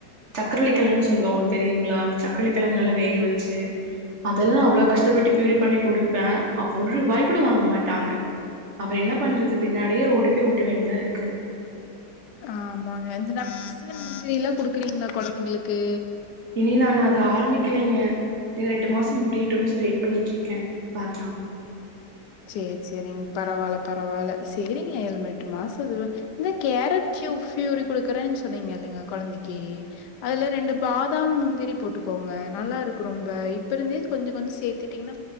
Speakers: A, on the right (about 45°); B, on the left (about 80°).
A: சக்கரவள்ளிக்கெழங்குன்னு சொல்லுவாங்க உங்களுக்கு தெரியுங்களா அந்த சக்கரவள்ளிக்கெழங்கு நல்லா வேக வெச்சு அதெல்லா அவ்ளோ கஷ்டப்பட்டு ப்யூரி பண்ணி கொடுப்பே அவ்வ ஒருவாய் கூட வாங்க மாட்டாங்க அப்புறோ என்ன பண்றது பின்னாடியே ஓடி போய் ஊட்ட வேண்டியதா இருக்கு
B: ஆ ஆமாங்க இந்த நட்ஸ்சு முந்திரில்லா குடுக்குறீங்களா கொழந்தைங்களுக்கு
A: இனி நான் அத ஆரம்பிக்கலைங்க இன்னு ஒரு எட்டு மாசோ முடியிட்டோம்னு சொல்லி பண்ணிட்டு இருக்கே பாக்கலாம்
B: சரி சரிங்க பரவால்ல பரவால்ல சரிங்க எழுமெட்டு மாசம் இது இந்த கேரட்டியு ஃபியூரி குடுக்குறேன்னு சொன்னீங்க இல்லைங்க கொழந்தைக்கு அதுல ரெண்டு பாதாம் முந்திரி போட்டுக்கோங்க நல்லா இருக்கு ரொம்ப இப்ப இருந்தே கொஞ்ச கொஞ்சொ சேத்துட்டீங்ன்னா